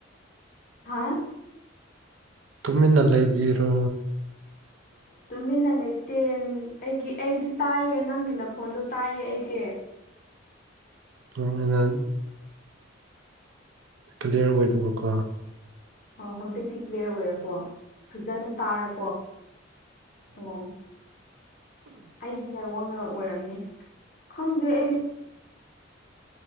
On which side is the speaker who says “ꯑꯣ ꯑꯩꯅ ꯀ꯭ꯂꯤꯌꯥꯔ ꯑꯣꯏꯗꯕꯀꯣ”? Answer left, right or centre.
Right